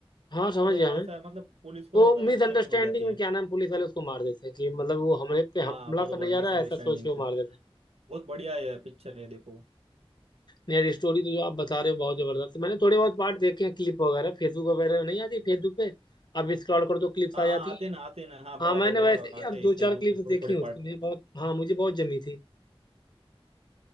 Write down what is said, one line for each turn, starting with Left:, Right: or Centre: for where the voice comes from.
Left: हाँ समझ
Right: पर
Left: गया
Right: ऐसा
Left: मैं
Right: मतलब पुलिस को
Left: वो
Right: गलत
Left: मिसअंडरस्टैंडिंग
Right: फहमी हो जाती
Left: में
Right: है
Left: क्या नाम पुलिस वाले उसको मार देते हैं कि मतलब वो हमले पे हमला
Right: हाँ बरोबर
Left: करने जा
Right: मिसअंडरस्टैंडिंग
Left: रहा है ऐसा सोच के वो
Right: से
Left: मार देते हैं
Right: बहुत बढ़िया है पिक्चर है देखो
Left: नहीं यार ये स्टोरी तो जो आप बता रहे हो बहुत जबरदस्त है। मैंने थोड़े बहुत पार्ट देखे हैं क्लिप वगैरह फेसबुक वगैरह नहीं आती फेसबुक पे आप स्क्रॉल करो तो क्लिप्स
Right: हाँ
Left: आ
Right: हाँ
Left: जाती
Right: आते
Left: है
Right: ना आते ना हाँ
Left: हाँ
Right: बराबर
Left: मैंने
Right: बराबर
Left: वैसे
Right: आते
Left: यार दो
Right: हैं फेसबुक
Left: चार क्लिप्स
Right: पे थोड़े
Left: देखी
Right: थोड़े
Left: हैं उसकी
Right: पार्ट
Left: मुझे बहुत हाँ मुझे बहुत जमी थी